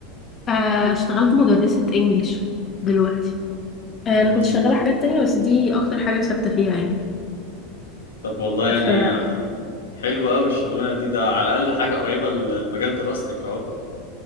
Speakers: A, on the left (about 30°); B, on the left (about 75°).
A: آه اشتغلت مدرسه انجليش دلوقتي آه انا
B: يا
A: كنت
B: سيدي
A: شغاله حاجات تانية بس دي اكتر حاجه ثابته فيها يعني
B: طب والله يعني
A: ف
B: ح- حلوة اوي الشغلانة دي ده على الأقل حاجة قريبة ل- لمجال دراستك اهو